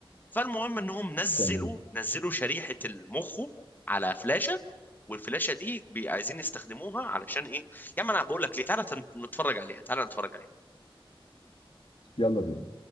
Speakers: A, on the left (about 20°); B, on the left (about 75°).
A: فالمهم انهم نزلوا
B: تمام
A: نزلوا شريحه المخ على فلاشه والفلاشه دي بي- عايزين يستخدموها علشان ايه يا عم انا بقول لك ليه تعالى تن- نتفرج عليها تعالى نتفرج عليها
B: يلا بينا